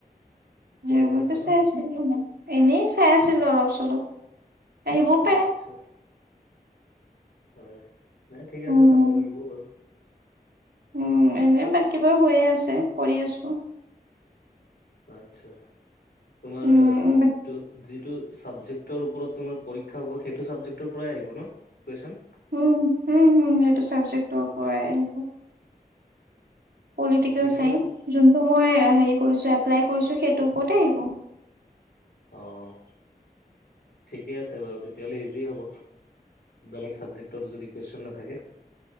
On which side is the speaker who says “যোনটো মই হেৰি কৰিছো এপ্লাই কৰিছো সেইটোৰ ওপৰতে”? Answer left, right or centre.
Right